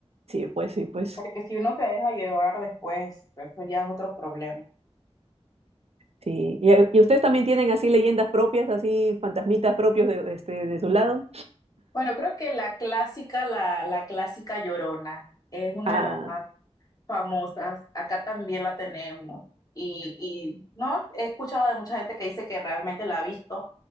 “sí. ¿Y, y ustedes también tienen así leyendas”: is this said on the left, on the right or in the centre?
Right